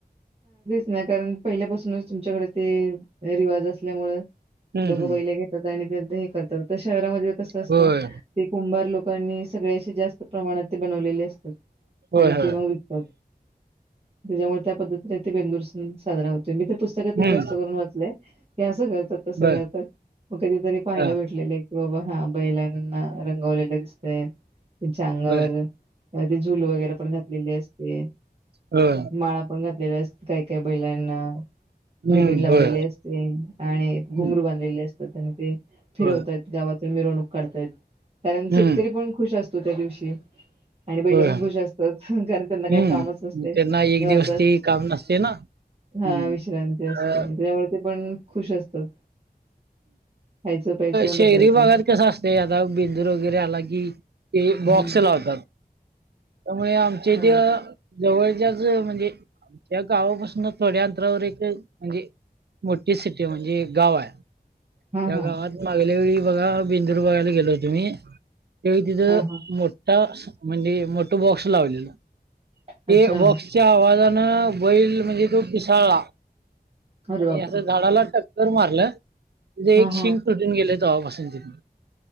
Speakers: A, on the right (about 35°); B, on the right (about 80°).
A: नाही कारण पहिल्यापासूनच तुमच्याकडे ते रिवाज असल्यामुळे
B: हम्म
A: लोक
B: हम्म
A: बैले घेतात आणि हे करतात तर शहरामध्ये कसं असतं
B: होय
A: ते कुंभार लोकांनी सगळ्याशी जास्त प्रमाणात ते बनवलेले असते.
B: होय
A: आणि
B: होय
A: ते मग विकतात त्याच्यामुळे त्या पद्धती बेंदूर सण साजरा होतो मी ते पुस्तकातच
B: हम्म
A: जास्त करून वाचलंय की असं कर सगळ
B: बर
A: आता मग कधीतरी पाहिलेलं
B: ह
A: भेटलेलं आहे. बाबा हा बैलांना रंगवलेलं दिसतंय. त्याच्या अंगावर
B: बर
A: ते झूल वगैरे पण घातलेली असते
B: होय
A: माळा पण घातल्या काही काही बैलांना
B: हम्म
A: रिबीन लावलेली
B: होय
A: असते आणि
B: हम्म
A: घुंगरू बांधलेले असते. त्यांनी ते फिरवतायत
B: होय
A: गावातून मिरवणूक काढतायत कारण
B: हम्म
A: शेतकरी पण खुश असतात. तर त्या दिवशी आणि बैलं
B: होय
A: पण खुश असतात कारण त्यांना काही
B: हम्म
A: कामच नसते मी
B: त्यांना एक
A: निवांत
B: दिवस ते काम नसते ना
A: हा
B: हम्म
A: विश्रांती असते
B: अ
A: त्यामुळे ते पण खुश असतात. खायचं प्यायचं
B: शहरी
A: बसायचं
B: भागात कसं असते आता बेंदूर वगैरे आला कि ते
A: हम्म.
B: बॉक्स लावतात. त्यामुळे आमच्या
A: हा
B: इथे जवळच्याच म्हणजे आमच्या गावापासून थोड्या अंतरावर एक म्हणजे मोठी सिटी म्हणजे गाव आहे.
A: हा
B: या
A: हा
B: गावात मागल्या वेळी बघा बिंदूर बघायला गेलो होतो मी त्यावेळी तिथं
A: हा हा
B: मोठा म्हणजे मोठं बॉक्स लावलेलं.
A: अच्छा
B: ते बॉक्सच्या आवाजानं बैल म्हणजे तो पिसाळला.
A: अरे
B: आणि
A: बापरे
B: असं झाडाला टक्कर मारलं त्याच एक
A: हा हा
B: शिंक तुटून गेले तेव्हा पासून तिथे